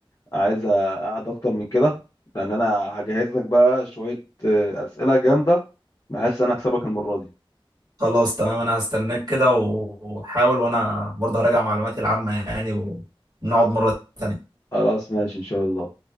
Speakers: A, on the left; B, on the right.
A: عايزة قعدة اكتر من كده لان انا هجهز لك بقى شوية آه، اسئلة جامدة بحيث انا اكسبك المرة دي
B: خلاص تمام انا هستناك كده وحاول وانا برضه هراجع معلوماتي العامة يعني ونقعد مرة تانية
A: خلاص ماشي ان شاء الله